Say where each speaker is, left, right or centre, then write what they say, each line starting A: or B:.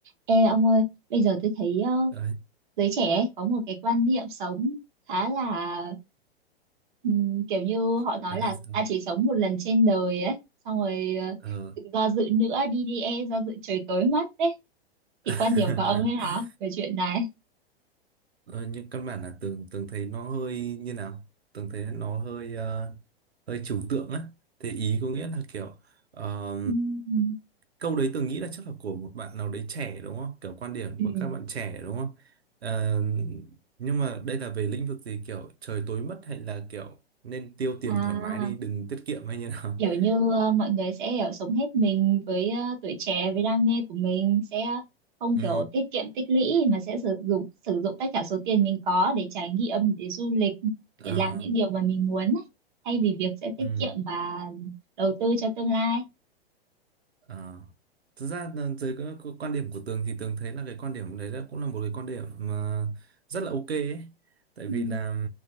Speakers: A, on the right; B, on the right.
A: Ê ông ơi, bây giờ tôi thấy ờ,
B: Đấy,
A: giới trẻ ấy có một cái quan niệm sống khá là ừm, kiểu như họ
B: khá
A: nói là
B: là sao
A: ta chỉ sống một lần trên đời ấy, xong rồi ờ,
B: ờ
A: đừng do dự nữa đi đi e do dự trời tối mất đấy. Thì
B: <laughs>
A: quan điểm của ông thế nào về chuyện này?
B: Ờ, nhưng căn bản là tường tường thấy nó hơi như nào tường thấy nó hơi ờ, hơi trừu tượng á thế ý có nghĩa là kiểu ờ,
A: Ừm,
B: câu đấy tường nghĩ là chắc là của một bạn nào đấy trẻ đúng không kiểu quan điểm
A: Ừ.
B: của các bạn trẻ đúng không Ờ, nhưng mà đây là về lĩnh vực gì kiểu trời tối mất hay là kiểu nên tiêu tiền
A: À
B: thoải mái đi đừng tiết kiệm hay như nào
A: kiểu
B: <laughs>
A: như ờ, mọi người sẽ kiểu sống hết mình với ờ, tuổi trẻ với đam mê của mình sẽ không
B: ừ
A: kiểu tiết kiệm tích lũy mà sẽ sử dụng sử dụng tất cả số tiền mình có để trải nghiệm để du lịch
B: ờ,
A: để làm
B: ờ,
A: những điều mà mình muốn ấy, thay vì việc sẽ tiết
B: ừ
A: kiệm và đầu tư cho tương lai
B: Ờ. Thực ra là dưới cái cái quan điểm của Tường thì Tường thấy là cái quan điểm đấy là cũng là một cái quan điểm mà rất là ok ấy. Tại
A: ừ.
B: vì là